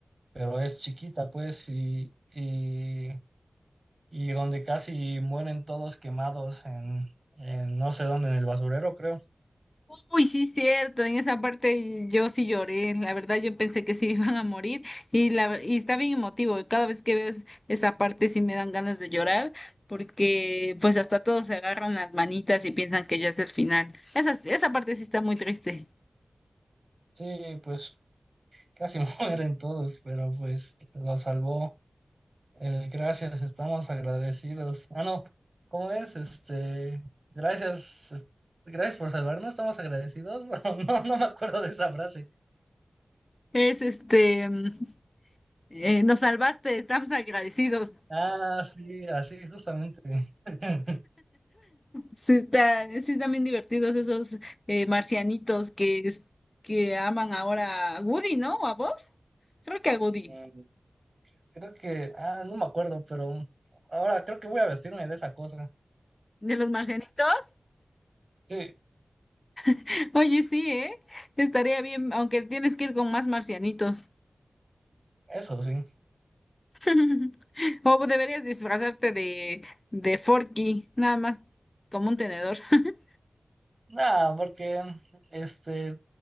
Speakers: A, on the right; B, on the left.
A: pero es chiquita, pues, y, y, y donde casi mueren todos quemados en, en no sé dónde, en el basurero, creo.
B: Uy, sí, cierto. En esa parte yo sí lloré. La verdad, yo pensé que sí <laughs> iban a morir y la y está bien emotivo. Cada vez que veo es- esa parte sí me dan ganas de llorar porque pues hasta todos se agarran las manitas y piensan que ya es el final. Esa esa parte sí está muy triste.
A: Sí, pues casi <laughs> mueren todos, pero pues lo salvó. El gracias, estamos agradecidos. Ah, no, ¿cómo es? Este, gracias, es- gracias por salvarnos, estamos agradecidos. <laughs> No, no me acuerdo de esa frase.
B: Es este, mm, eh, nos salvaste, estamos agradecidos.
A: Ah, sí, así, justamente. <laughs>
B: Sí, está, sí están bien divertidos esos eh, marcianitos que, es- que aman ahora a Woody, ¿no? ¿O a vos? Creo que a Woody.
A: Mm, Creo que, ah, no me acuerdo, pero ahora creo que voy a vestirme de esa cosa.
B: ¿De los marcianitos?
A: Sí,
B: <laughs> Oye, sí, ¿eh? Estaría bien, aunque tienes que ir con más marcianitos.
A: eso sí.
B: <laughs> O deberías disfrazarte de, de Forky, nada más como un tenedor. <laughs>
A: Nada, porque, este,